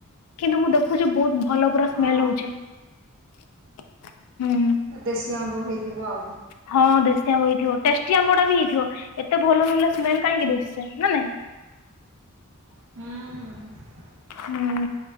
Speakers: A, on the left; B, on the right.
A: କିନ୍ତୁ ମୁଁ ଦେଖୁଛି ବହୁତ ଭଲ ପୁରା
B: ହଁ
A: ସ୍ମେଲ ହଉଛି ହୁଁ।
B: ଦେଶି ଆମ୍ବ ହେଇଥି ବାଉ।
A: ହଁ ଦେଶୀ ଆମ୍ବ ହେଇଥିବ ଟେଷ୍ଟି ଆମ୍ବ ଟା ବି ହେଇଥିବ ଏତେ ଭଲ ନହଲେ ସ୍ମେଲ କାହିଁକି ଦଉଛିି ସେ ନା ନାଇଁ।
B: ହୁଁ।
A: ହୁଁ